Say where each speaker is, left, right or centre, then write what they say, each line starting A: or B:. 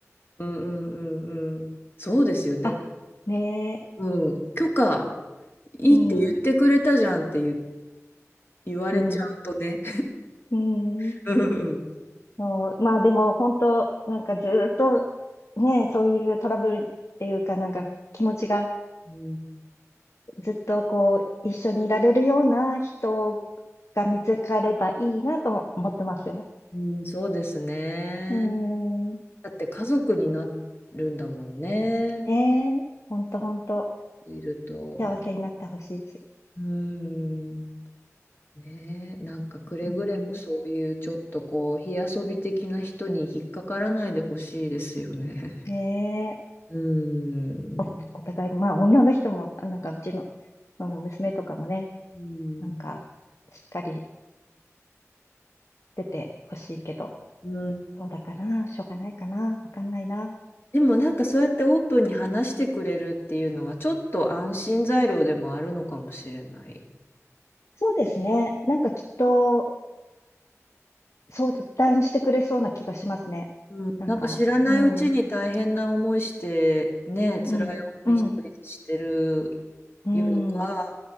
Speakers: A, on the left (about 45°); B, on the left (about 60°).
A: うんうんうんうん。そうですよね。だって、
B: あ、ねえ、
A: うん。許可、いいって言ってくれたじゃんって言、
B: うん、
A: 言われちゃうとね。
B: うん、うん。
A: <laughs> うんうん。
B: そうまあ、でも、本当なんかずっと、ね、そういうトラブルっていうか、なんか気持ちが、
A: う
B: ずっとこう、一緒にいられるような人が見つかればいいなとも思ってますよ。
A: ん、うんそうですね。
B: うーん。
A: だって家族になるんだもんね。
B: ねえ、ほんとほんと、
A: いると。
B: 幸せになってほしいし。
A: うーん。ねえ、なんかくれぐれもそういうちょっとこう、
B: うん。
A: 火遊び的な人に引っかからないでほしいですよね。
B: ねえ、
A: <laughs> うーん。
B: お、お互いに、まあ女の人も、あなんかうちの、その娘とかもね、
A: うん、
B: なんか、しっかりしててほしいけど、
A: うん。
B: どうだかな、しょうがないかな、わかんないな。
A: でもなんかそうやってオープンに話してくれるっていうのはちょっと安心材料でもあるのかもしれない。
B: そうですね。なんかきっと相談してくれそうな気がしますね。
A: うん。
B: なんか、
A: なんか知らないうちに大変な思いして、
B: うん。
A: ね辛い思い一人してる
B: うん、うん、うん、
A: よりは、